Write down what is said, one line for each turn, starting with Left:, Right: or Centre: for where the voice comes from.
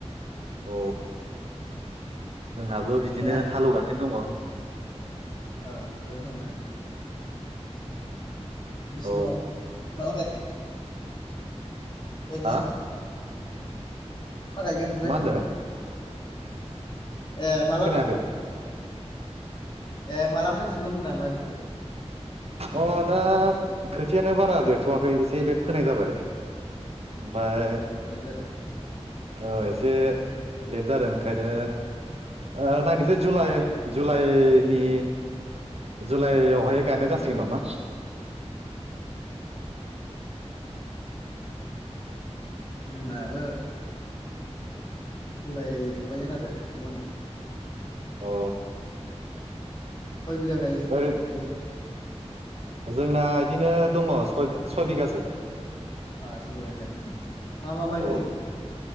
Right: अ जोंहाबो बिदिनो
Left: दा
Right: हालौगासिनो दङ।
Left: <unintelligible> ओम बेसे गोबाव माला
Right: औ
Left: गाय ख्लैनिया।
Right: हा
Left: मा गायगोन ओमफ्राय
Right: मा होनदों <inaudible>
Left: ए माला?
Right: खोनायाखै
Left: ए मालानिफ्राय फुगोन होनदां माइफोरखौ?
Right: अ दा खोथियानो बारा देरथ'वाखै एसे लेट फोनाय जाबाय। ओमफ्राय
Left: लेट जादोंना
Right: औ एसे लेट जादों ओंखायनो ओ नायनोसै जुलाइ जुलाइनि जुलाइयावहाय गायनाय जासिगोन नामा।
Left: जोंना बो <unintelligible> गुबुन
Right: औ
Left: सय बिघा गायो
Right: ओरै
Left: आङो
Right: जोंना इदिनो दङ सय-सयबिगासो
Left: <unintelligible> मा मा माइ गायो?
Right: औ